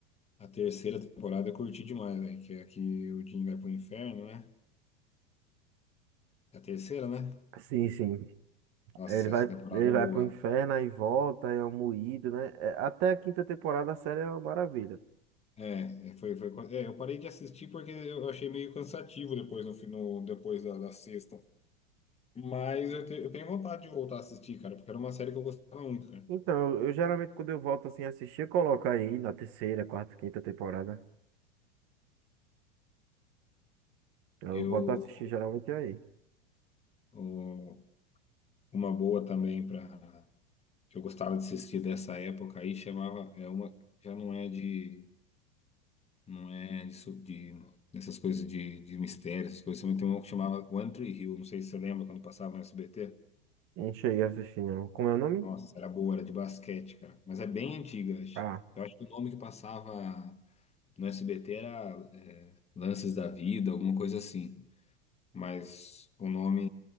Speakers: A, on the left; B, on the right.
A: a terceira temporada, eu curti demais, aí que é a que o Jim vai pro inferno, né? É a terceira, né?
B: Sim, sim.
A: Nossa,
B: Ele vai,
A: essa temporada
B: ele
A: é
B: vai
A: boa.
B: pro inferno aí volta, é um moído, né? É, Até a quinta temporada a série é uma maravilha.
A: É, é, foi, foi, quan- é, eu parei de assistir porque eu achei meio cansativo depois no, fi- no depois da, da sexta. Mas eu, te- eu tenho vontade de voltar a assistir, cara, porque era uma série que eu gostava muito, cara.
B: Então, eu, eu geralmente quando eu volto assim a assistir, eu coloco aí na terceira, quarta, quinta temporada. Eu
A: Eu,
B: volto a assistir geralmente aí.
A: o- uma boa também para que eu gostava de assistir dessa época aí chamava, é uma, já não é de, não é de, su- de essas coisas de, de mistério, essas coisas, também tem uma que chamava One Tree Hill, não sei se você lembra quando passava no SBT.
B: Não cheguei a assistir, não. Como é o nome?
A: Nossa, era boa, era de basquete, cara. Mas é bem antiga, acho.
B: Ah,
A: Eu acho que o nome que passava no SBT era é, Lances da Vida, alguma coisa assim. Mas o nome